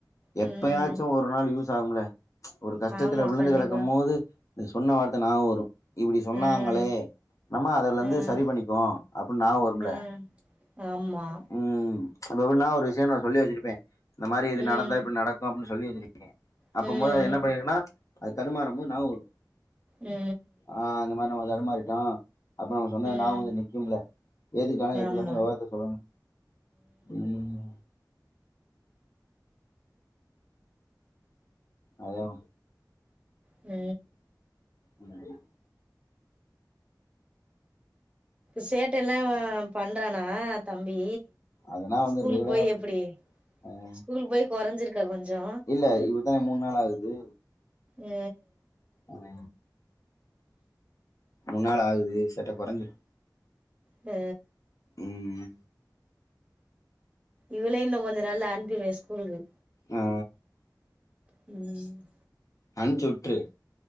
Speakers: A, on the right (about 15°); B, on the left (about 45°).
A: ம்
B: எப்பயாச்சு ஒரு நாள் யூஸ் ஆகும்ல ம்ச் ஒரு கஷ்டத்துல
A: ஆமா
B: விழுந்து
A: கண்டிப்பா
B: கெடக்கும் மோது சொன்ன வார்த்த நாபகோ வரு இப்படி சொன்னாங்களே
A: ம்
B: நம்ம அதுல இருந்து
A: ம்
B: சரி பண்ணிக்குவோம் அப்படின்னு நியாபகோ வருல
A: ம் ஆமா
B: ம் ம்ச் இப்ப எப்பட்னா ஒரு விஷயோ நா சொல்லி வச்சுருப்பே இந்த மாரி இது
A: ம்
B: நடந்தா இப்டி நடக்கு அப்டின்னு சொல்லி வச்சிருக்கே அப்ப
A: ம்
B: மோது அது என்ன பண்ணிருக்குனா அது தடுமாறு மோது நியாபகோ வரு
A: ஆ
B: ஆ இந்த மாரி நம்ம தடுமாறிட்டோ அப்புறோ நா சொன்னா
A: ம்
B: நியாபகோ நிக்கும்ல எது வேனா எது
A: ஆமா
B: வேனு வெவரத்த சொல்லணு ம் அதா
A: ம்
B: ம்
A: சேட்டை எல்லா ஆ பண்றானா தம்பி
B: அதெல்லாம் வந்து
A: ஸ்கூலுக்கு
B: ரெகுலரா
A: போய்
B: பண்றேன்
A: எப்படி
B: அ
A: ஸ்கூலுக்கு போய் கொறைஞ்சிருக்கா கொஞ்சோ
B: இல்ல இப்ப தனே மூணு நாள் ஆகுது
A: ஆ
B: உம் முணு நாள் ஆகுது சேட்ட கொறஞ்சுரு
A: ஆ
B: ம்
A: இவளயு இன்னு கொஞ்சு நாள்ல அனுப்பிருவே ஸ்கூலுக்கு
B: ஆ
A: ம்
B: அனுப்ச்சுட்டுரு